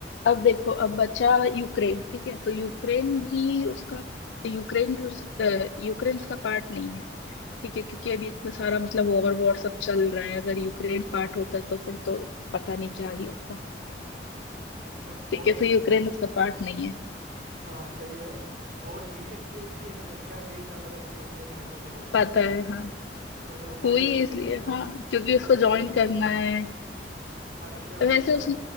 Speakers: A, on the left (about 85°); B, on the right (about 50°).
A: अब देखो अब बचा यूक्रेन ठीक है तो यूक्रेन भी उसका यूक्रेन भी उस अ, यूक्रेन उसका पार्ट नहीं है ठीक है क्योंकि अभी इतना सारा मतलब वॉर वॉर सब चल रहा है अगर यूक्रेन
B: ओके
A: पार्ट होता तो फिर तो पता नहीं क्या ही होता
B: तो
A: ठीक
B: वॉर
A: है तो यूक्रेन
B: हुई
A: उसका पार्ट नहीं है
B: हाँ सही है वॉर हुई इसलिए कि है ना रशिया नहीं चाहता था कि यूक्रेन नेटो में जाए
A: पता है हाँ
B: तो मतलब हुआ
A: हुई
B: ही उसकी वजह
A: इसलिए
B: से था
A: हाँ क्योंकि
B: हाँ,
A: उसको ज्वाइन
B: अभी है
A: करना
B: नहीं
A: है
B: हाँ रशिया बोल
A: वैसे
B: रहा
A: उस
B: था